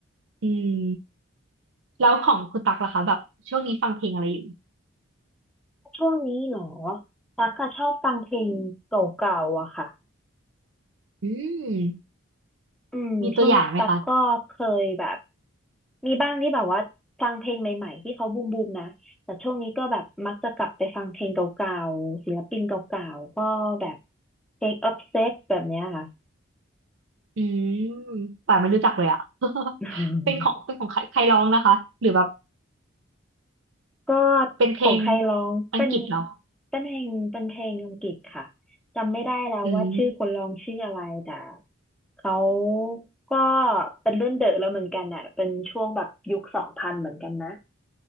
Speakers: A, on the right; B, in the centre.
A: อืมแล้วของคุณตั๊กล่ะคะแบบช่วงนี้ฟังเพลงอะไรอยู่
B: ช่วงนี้เหรอตักก็ชอบฟังเพลงเก่าๆอะค่ะ
A: อืม
B: อืมช่วงนี้ตั๊กก็เคยแบบ
A: มีตัวอย่างไหมคะ
B: มีบ้างที่แบบว่าฟังเพลงใหม่ๆที่เขาบูมบูมนะแต่ช่วงนี้ก็แบบมักจะกลับไปฟังเพลงเก่าๆศิลปินเก่าๆก็แบบเพลง Obsessed แบบเนี้ยค่ะ
A: อืมป่านไม่รู้จักเลยอ่ะ <laughs>
B: อืม
A: เป็นของเป็นของใครใครร้องนะคะหรือแบบ
B: ก็
A: เป็นเพลง
B: ของใครร้องเป็น
A: อังกฤษเหรอ
B: เป็นเพลงเป็นเพลงอังกฤษค่ะจำไม่ได้แล้วว่าชื่อคนร้องชื่ออะไรแต่
A: อืม
B: เขาก็เป็นรุ่นเดอะแล้วเหมือนกันอ่ะเป็นช่วงแบบยุคสองพันเหมือนกันนะ